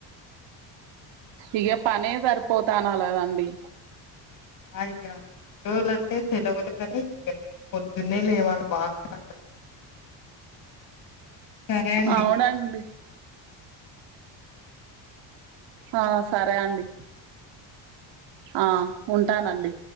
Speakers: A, on the right; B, on the left.
A: ఇగ పనే సరిపోతానలదండి
B: అయ్యా రోజు అంటే సెలవులు కానీ పొద్దున్న లేవాలి బాగా సరే అండి.
A: అవునండి ఆ సరే అండి ఆ ఉంటానండి